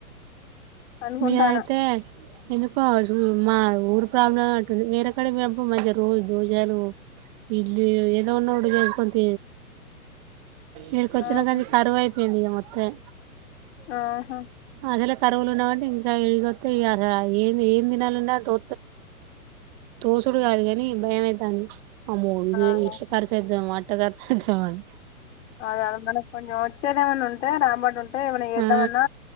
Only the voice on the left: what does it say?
అనుకుంటానా
ఆహా
ఆహా
ఆహా
అద అద మనకు కొంచెం వచ్చేదేమైనా ఉంటే రాబాటు ఉంటే అంటే ఏమ న ఇద్దామన్నా